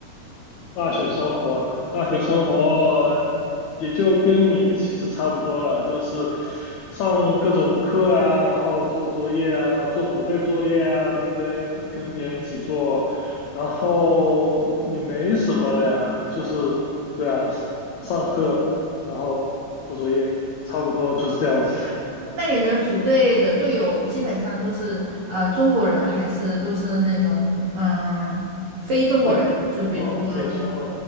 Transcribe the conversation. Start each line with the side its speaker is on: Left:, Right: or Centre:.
Left: 大学生活，大学生活也就跟你其实差不多了，就是上各种课啊，然后做作业啊，做组队作业啊，对不对？跟别人一起做，然后也没什么了呀，就是对啊，上课，然后做作业，差不多就是这样子。
Right: 那你的组队的队友基本上都是呃中国人，还是都是那种嗯非中国人？
Left: 外，
Right: 就比如说。
Left: 哦，非正规，